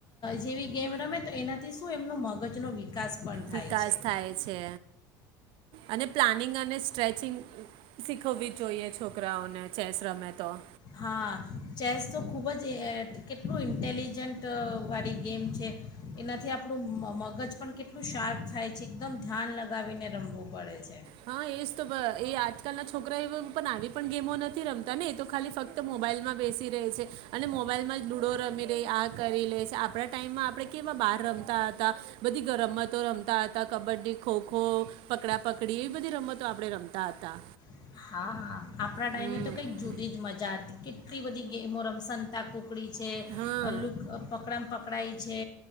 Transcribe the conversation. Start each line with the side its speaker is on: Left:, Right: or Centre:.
Left: જેવી ગેમ રમે તો એનાથી શું એમનો મગજનોો વિકાસ પણ થાય
Right: વિકાસ
Left: છે
Right: થાય છે અને પ્લાનિંગ અને સ્ટ્રેચિંગ શીખવવી જોઈએ છોકરાઓને ચેસ રમે. તો
Left: હા, ચેસ તો ખૂબ જ કેટલું ઇન્ટેલિજન્ટ વાળી ગેમ છે. એનાથી આપણું મગજ પણ કેટલું શાંત થાય છે એકદમ ધ્યાન લગાવીને રમવું પડે છે.
Right: હા, એ તો એ આઠ નાના છોકરાઓ નાની પણ ગેમો નથી રમતા ને એતો ખાલી ફક્ત મોબાઈલમા બેસી રહે છે અને મોબાઈલ મા લુડો રમી લઈએ આ કરે લે છે. આપના ટાઈમ મા આપણે કેવાં બહાર રમતા હતા અને રમતો રમતા હતા કબડી, ખોખો, પકડા પકડી. ને, એ બધી રમતો રમતા હતા.
Left: હા, આપણા ટાઈમે
Right: હમ
Left: તો કંઈક જુદી જ મજા હતી. કેટલી બધી ગેમો રમ સંતાક પકડી છે.
Right: હા
Left: અલુ પકડા પ પકડાાય છે.